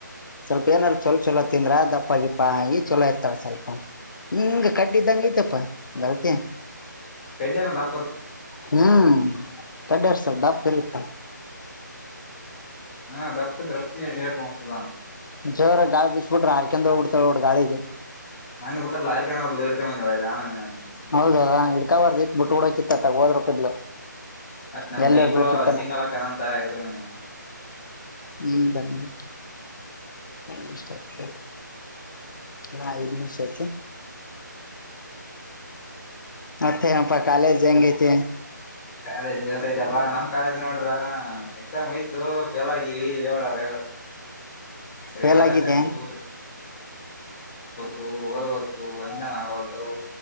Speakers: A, on the left (about 80°); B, on the left (about 15°).
A: ಸ್ವಲ್ಪ ಏನಾದಾರರು ಚಲೋ ಚೊಲೋ ತಿಂದ್ರ ಅ ದಪ್ಪಗಿಪ್ಪಿ ಚಲೋ ಇರ್ತಾಳ ಸ್ವಲ್ಪ. ಹಂಗ ಕಡ್ಡಿ ಇದ್ದಂಗಐತಪ್ಪ ಬರತ.
B: <unintelligible> ನಾ.
A: ಹ್ಮ್ ಕಡ್ಡಾರ್ಸವ ಬಾಪ ಇರುತ್ತ
B: ನ ದಪ್ಪ ದ ಇರಟುವಂಸದ
A: ಜರ ಗಾಳ ಬಿಸಬುಟ್ರ ಹಾರಕ ಉಡ್ತ ಗಾಳಿಗೆ
B: ಮನ್ನೆ ಬಿಟ್ಟದ್ ಲಾರಿಕನ ಹೊಡ್ದ್ ಹಿಡ್ಕೊಂಡ್ ಬಂದ್ವಿ ಹೊಳ್ಳಿ ನಾನು
A: ಹೌದದಾ ಹಿಡ್ಕಬಾರ್ದಿ ಬಿಟ್ಟ ಡಕಿತ್ತ ಹೋದ್ರ ಕದ್ಲು
B: ಮತ್ ನಮ್
A: ನೆಲ್ಲ
B: ಇಬ್ರು
A: ಬೀಳ್ತಿತ್ತಾನ
B: ಸಿಂಗಲ್ ಅಕ್ಕನಂತ ಇಡ್ಕೊಂಬಿ ನಾವು
A: ಹ್ಮ್ ಬನ್ನಿ ಹ ಇಷ್ಟ ಆಗ್ತ ಹಾ ದು ನಿಷಯತ ಮತ್ತೆ ಅಪ್ಪಾ ಕಾಲೇಜ ಜಂಗತಿ
B: ಕಾಲೇಜ್ ಬೇಸಯತವಾ ನಮ್ ಕಾಲೇಜ್ ನೋಡ್ರ ಎಕ್ಸಾಮ್ ಹಯ್ತು ಫೇಲ್ ಆಗಿವಿ ಹಡವ ರರಿವಾಲ
A: ಫೇಲ್ ಆಗಿದೆ
B: ಚಂಗೂ ಹೊರ್ಬೇಕು ಒಂದನ ಆಗತವು